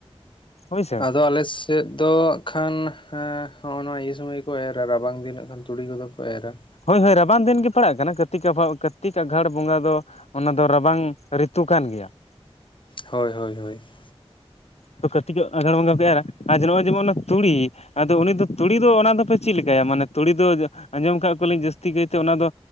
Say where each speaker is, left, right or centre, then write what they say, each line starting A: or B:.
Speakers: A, on the left; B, on the left.
A: ᱦᱳᱭᱥᱮ
B: ᱟᱫᱚ ᱟᱞᱮ ᱪᱮᱫ ᱫᱚ ᱠᱷᱟᱱ ᱦᱚᱜᱼᱚ ᱱᱚᱣ ᱤᱭᱟᱹ ᱥᱳᱢᱚᱭ ᱜᱮ ᱠᱚ ᱮᱨᱟ ᱨᱟᱵᱟᱝ ᱫᱤᱱᱚᱜ ᱠᱟᱱᱟ ᱫᱤᱱ ᱛᱩᱲᱤ ᱠᱚᱫᱚ ᱠᱚ ᱮᱨᱟ ᱾
A: ᱦᱳᱭ ᱦᱳᱭ ᱨᱟᱵᱟᱝ ᱫᱤᱱ ᱜᱮ ᱯᱟᱲᱟᱜ ᱠᱟᱱᱟ ᱠᱟᱹᱨᱛᱤᱠ ᱟᱵᱷᱚ ᱠᱟᱹᱨᱛᱤᱠ ᱟᱜᱷᱟᱲ ᱵᱚᱸᱜᱟ ᱫᱚ ᱾ ᱚᱱᱟ ᱫᱚ ᱨᱟᱵᱟᱝ ᱨᱤᱛᱩ ᱠᱟᱱ ᱜᱮᱭᱟ ᱾
B: ᱦᱳᱭ ᱦᱳᱭ ᱦᱳᱭ ᱾
A: ᱛᱚ ᱠᱟᱹᱨᱛᱤᱠ ᱟ ᱟᱸᱜᱷᱟᱲ ᱵᱚᱸᱜᱟ ᱯᱮ ᱮᱨᱟ ᱱᱚᱜᱼᱚᱭ ᱡᱮᱢᱚᱱ ᱚᱱᱟ ᱛᱩᱲᱤ ᱟᱫᱚ ᱩᱱᱤ ᱫᱚ ᱛᱩᱲᱤ ᱫᱚ ᱚᱱᱟ ᱫᱚᱯᱮ ᱪᱤᱫ ᱞᱤᱠᱟᱭᱟ ᱢᱟᱱᱮ ᱛᱩᱲᱤ ᱫᱚ ᱟᱸᱡᱚᱢ ᱠᱟᱜ ᱠᱚᱣᱟᱞᱤᱧ ᱡᱟᱹᱥᱛᱤ ᱠᱟᱹᱭᱛᱮ ᱚᱱᱟ ᱫᱚ